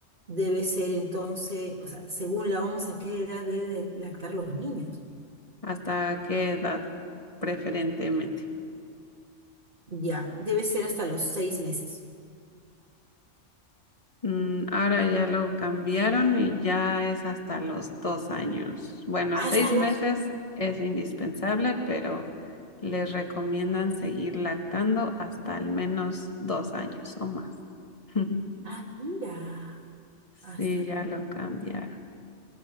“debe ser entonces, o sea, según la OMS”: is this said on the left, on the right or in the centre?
Right